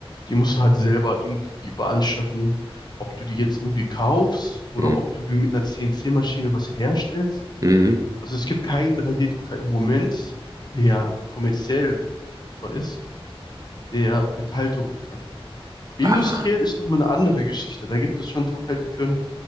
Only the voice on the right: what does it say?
Mhm.
Mhm.
Ah,